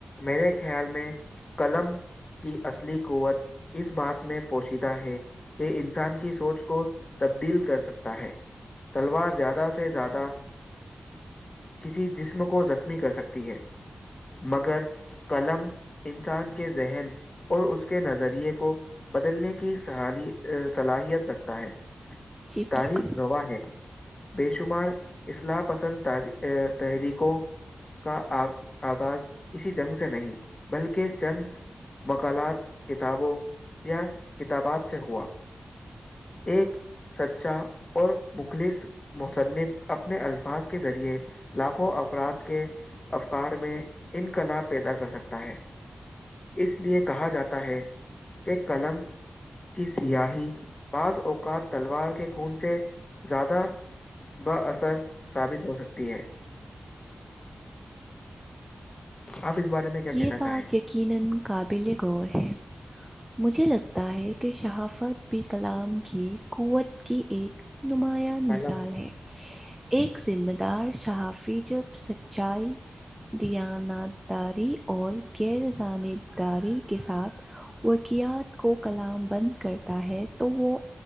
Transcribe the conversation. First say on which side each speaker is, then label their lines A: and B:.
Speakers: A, on the left; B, in the centre.
A: میرے خیال میں قلم کی اصلی قوت اس بات میں پوشیدہ ہے کہ انسان کی سوچ کو تبدیل کر سکتا ہے تلوار زیادہ سے زیادہ کسی جسم کو زخمی کر سکتی ہے مگر قلم انسان کے ذہن اور اس کے نظریے کو بدلنے کیی صلاحیت رکھتا ہے
B: جی
A: تاریخ
B: بالکل
A: نوا ہے بے شمار اصلاح پسند تحریکوں کا آ آغاز کسی جنگ سے نہیں بلکہ چند مقالات کتابوں یا کتابات سے ہوا ایک سچا اور بکلیس مصنف اپنے الفاظ کے ذریعے لاکھوں افراد کے کار میں انقلاب پیدا کر سکتا ہے اس لیے کہا جاتا ہے کہ قلم کی سیاحی بعض اوقات تلوار کے خون سے زیادہ ب اثر ثابت ہو سکتی ہے آپ اس بارے میں کیا کہنا
B: یہ
A: چاہیں
B: بات
A: گے
B: یقینا قابل غور ہے مجھے لگتا ہے کہ شہافت بھی کلام کی قوت کی ایک نمایاں
A: قلم،
B: مثال ہے ایک ذمہ دار صحافی جب سچائی دانات داری اور غیرجانبداری کے ساتھ وکیات کو کلام بند کرتا ہے تو وہ